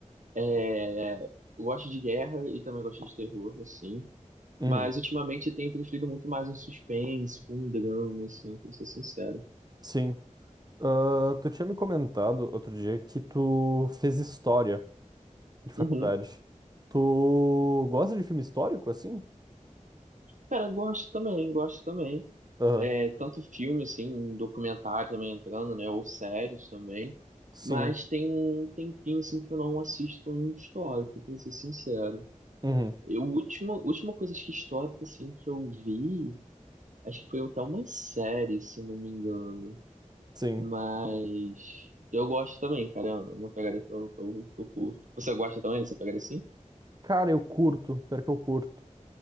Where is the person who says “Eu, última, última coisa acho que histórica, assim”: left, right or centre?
Right